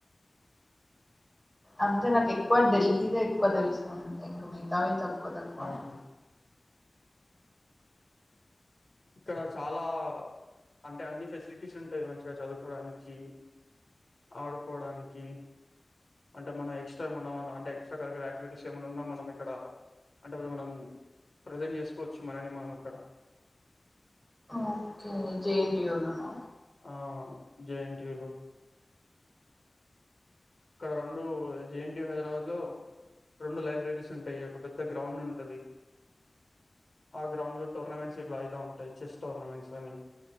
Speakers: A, in the centre; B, on the left.
A: అంటే నాకు ఎక్కువ ఢిల్లీదే ఎక్కువ తెలుసు అంతే ఇంక మిగతావి తక్కువ తెలుకునే
B: ఆహా ఇక్కడ చాలా అంటే అన్ని ఫెసిలిటీస్ ఉంటాయి మంచిగా చదువుకోవడానికి ఆడుకోవడానికి అంటే మన ఎక్స్ట్రా ఏమన్నా అంటే ఎక్స్ట్రా కర్యులర్ ఆక్టివిటీస్ ఏమై ఉన్నా మనం ఇక్కడ అంటే మనం ప్రజెంట్ చేసుకోవచ్చు మనని మనం ఇక్కడ
A: ఓకే జైంట యోజనా
B: ఆ జేఎన్టీయులు ఇక్కడ రెండు జేఎన్ యు హైదరాబాద్ లో రెండు లైబ్రరీస్ ఉంటాయి ఒక పెద్ద గ్రౌండ్ ఉంటది ఆ గ్రౌండ్ లో టోర్నమెంట్స్ ఇట్లా అయిత ఉంటాయి చెస్ టోర్నమెంట్స్ అని